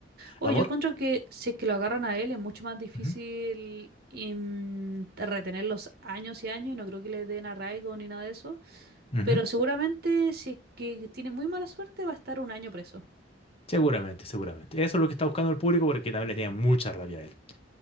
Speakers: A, on the right; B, on the left.
A: Oye,
B: ¿Amor?
A: yo encuentro que si es que lo agarran a él es mucho más difícil
B: Ujú,
A: em, retener los años y años y no creo que le den arraigo ni nada de eso.
B: ujú.
A: Pero seguramente si es que tiene muy mala suerte va a estar un año preso.
B: Seguramente, seguramente. Eso es lo que está buscando el público porque también le tiene mucha rabia a él.